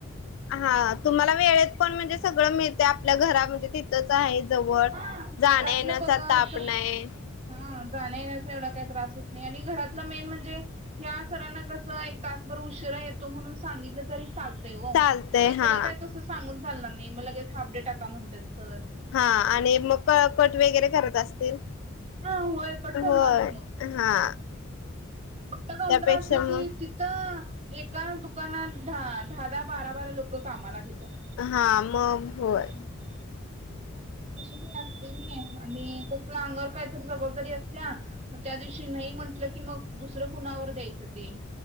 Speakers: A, on the left; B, on the right.
A: हा तुम्हाला वेळेत पण म्हणजे सगळं मिळते आपल्या घरा म्हणजे ते इथंच आहे जवळ,
B: हा घरातलं
A: जाण्या येण्याचा
B: बघत
A: ताप नाही.
B: हा जाण्या येण्याचा एवढा काही त्रास होत नाही. आणि घरातलं मेन म्हणजे ह्या सरांना कस एक तासभर उशिरा येतो म्हणून सांगितलं तरी चाल तय ओ.
A: चालतय
B: तिकडं
A: हा.
B: काय तसं सांगून चालणार नाही, मग लगेच हाफ डे टाका म्हणत्यात सर.
A: हा आणि मग क-कट वगैरे करत असतील.
B: हा होय कट करणार
A: होय.
B: की मग.
A: हा.
B: मोठं काउंटर
A: त्यापेक्षा
B: असलं
A: मग
B: की ति थं एका दुकानात दहा दहा दहा बारा बारा लोक कामाला तिथं.
A: हा मग होय.
B: हं. तशी मी असते नाही आणि कसं अंगावर काहीतरी जबाबदारी असत्या. मग त्या दिवशी नाही म्हंटलं, की मग दुसरं कुणावर द्यायचं ते.